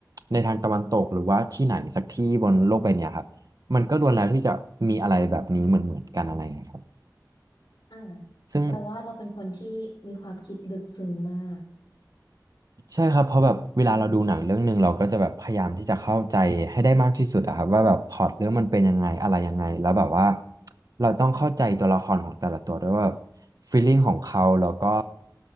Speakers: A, on the right; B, on the left.
A: ในทางตะวันตกหรือว่าที่ไหนสักที่บนโลกใบเนี้ยครับมันก็ล้วนแล้วที่จะมีอะไรแบบนี้เหมือนเหมือนกันอะไรเงี้ยครับ
B: อ่า
A: ซึ่ง
B: แปลว่าเราเป็นคนที่มีความคิดลึกซึ้งมาก
A: ใช่ครับเพราะแบบเวลาเราดูหนังเรื่องหนึ่งเราก็จะแบบพยายามที่จะเข้าใจให้ได้มากที่สุดอะครับว่าแบบพล็อตเรื่องมันเป็นยังไงอะไรยังไงแล้วแบบว่าเราต้องเข้าใจตัวละครของแต่ละตัวด้วยว่าฟีลลิ่งของเขาแล้วก็